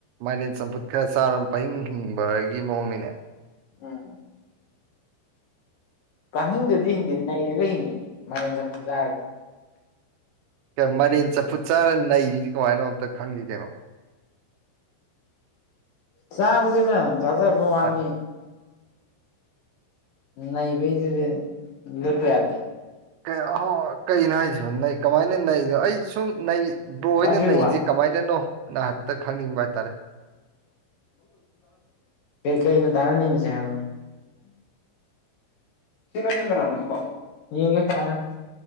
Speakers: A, on the right (about 75°); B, on the left (about 55°).
A: ꯃꯥꯏꯅꯦꯟ ꯆꯝꯐꯨꯠ ꯈꯔ ꯆꯥꯔ ꯄꯪꯍꯤꯡ ꯍꯤꯡꯕꯒꯤ ꯃꯑꯣꯡꯅꯤꯅꯦ
B: ꯎꯝ ꯀꯥꯅꯤꯡꯗꯔꯗꯤ ꯍꯤꯡꯗꯤ ꯅꯩꯔꯒ ꯍꯤꯡꯉꯦ ꯃꯔꯦꯟ ꯆꯝꯐꯨꯠ ꯆꯥꯔꯒ
A: ꯃꯔꯦꯟ ꯆꯥꯝꯐꯨꯠ ꯆꯥꯔ ꯅꯩꯔꯤꯁꯤ ꯀꯃꯥꯏꯅꯅꯣ ꯑꯝꯇ ꯈꯪꯒꯦ ꯀꯩꯅꯣ
B: ꯆꯥꯕꯗꯨꯅ ꯆꯖꯕꯩ ꯋꯥꯅꯤ
A: ꯑ
B: ꯅꯩꯕꯩꯗꯨꯗꯤ ꯂꯦꯞꯄ ꯌꯥꯗꯦ
A: ꯑ ꯀꯩꯅꯣ ꯍꯥꯏꯁꯤꯕ ꯅ <inaudible> ꯀꯃꯥꯏꯅ ꯅꯩꯅꯣ ꯑꯩ ꯁꯨꯝ ꯅꯩ ꯕ꯭ꯔꯣ ꯍꯣꯏꯅ
B: ꯋꯥꯟ ꯊ꯭ꯔꯤ
A: ꯅꯩꯔꯤꯁꯦ
B: ꯋꯥꯟ
A: ꯀꯃꯥꯏꯅꯅꯣ ꯑꯗꯨꯅ ꯍꯥꯢꯐꯦꯠꯇꯪ ꯈꯪꯅꯤꯡꯕ ꯍꯥꯏꯇꯥꯔꯦ
B: ꯀꯩ ꯀꯩꯅꯣ ꯇꯅꯅꯤꯡꯢꯁꯦ ꯍꯥꯢꯔꯛꯑꯣ ꯆꯤꯁꯤ ꯆꯤꯔ꯭ꯔꯁ